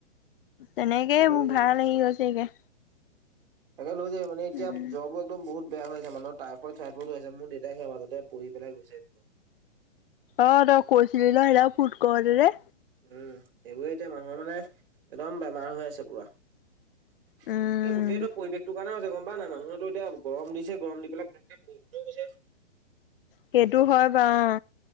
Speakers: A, on the left; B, on the right.
A: তেনেকে
B: লৈ
A: মোৰ
B: যাবি
A: ভাল হে গৈছেগে
B: তাকে লৈ য মে এতিয়া
A: উম
B: জ্বৰ একদম বহুত বেয়া হৈ আছে মানুহৰ টাইফএড চাইফয়েড হৈ আছে মোৰ দেউতাই সেয়া মাজতে পৰি পেলাই গৈছে
A: অ', তই কৈছিলি ন সৰা ফুট কৰেৰে
B: উম সেইবোৰে এতিয়া মানুহৰ মানে একদম বেমাৰ হৈ আছে পুৰা। এ
A: উম
B: গোটেইটো পৰিৱেশটোৰ কাৰণে হৈছে গম না না না মানুহৰটো এতিয়া গৰম দিছে গৰম দি পেলাই তেনেকে বৰষুণ্দও গৈছে।
A: সেইটো হয় বাউ অ